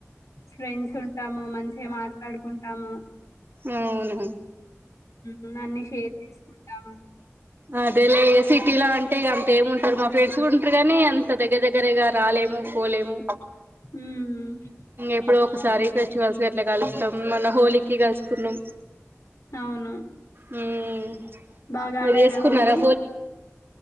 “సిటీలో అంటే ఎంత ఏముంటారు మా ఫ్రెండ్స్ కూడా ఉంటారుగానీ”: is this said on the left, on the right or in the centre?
Right